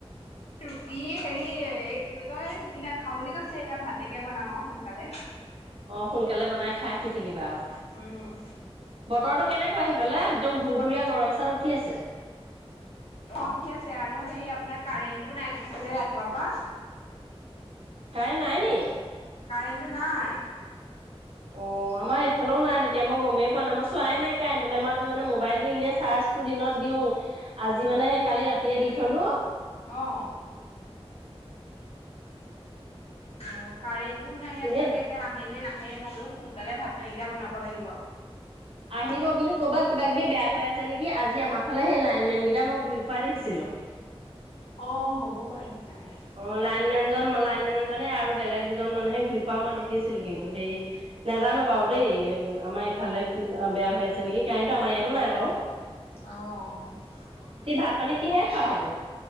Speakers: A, on the left (about 70°); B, on the right (about 65°).
A: ৰুটি হেৰি এ কি বুলি কয় ৰুটি নেখাওঁ বুলি কৈছে। এতিয়া ভাতেকে বনাম আৱ সোনকালে।
B: অ'সোনকালে বনাই খাই শুই থাকিবা আৱ
A: উম।
B: বতৰটো কেনেকুৱা সেই ফালে, একদম ভুৰভুৰীয়া
A: বত
B: গৰম এচাত উঠি আছে।
A: অ উঠি আছে আৰু সেই আপোনাৰ কাৰেণ্টো নাই গম পাইছানে ৰাতিপুৱা পা।
B: কাৰেণ্ট নাই নি?
A: কাৰেণ্টো নাই
B: অ। আমা এইফালও নাই তেতিয়া মই গমেই পোৱা নাই মই চোৱাই নাই কাৰেন্টলে মই আজি মানে মোবাইলটো ইনে চাৰ্জটো দিনত দিওঁ আজি মানে সেই কালি ৰাতিয়ে দি থলো। <inaudible>
A: অ'। অ কাৰেণ্টো নাই ইয়াত
B: এনে
A: তাকে এতিয়া আহে নে নাহ হে মই বোলো সোনকালে ভাত পানী কেইটা বনাব লাগিব আৱ।
B: আহিব কিন্তু কৰ'বাত কিবা কিবি বেয়া হৈ আছে নেকি আজি আমাৰ ফালে সেই লাইনমেন কেইটা মই ঘূৰি ফুৰা দেখিছিলো। <inaudible>
A: অ হ'বও পাৰে। তেতিয়াহ'লে।
B: অ লাইনমেন যন ম জনে আৰু বেলেগ দুজন মানুহে ঘূৰি ফোৱা মই দেখিছিলো কিন্তু হেই নেজানো বাৰু দেই। আমাৰ এইফালে কি বেয়া হৈ আছে নেকি কায়েণ্টো আমাৰ ইয়াতো নাই বাৱ।
A: অহ অ।
B: ভাত পানী কিহে খা হ'ব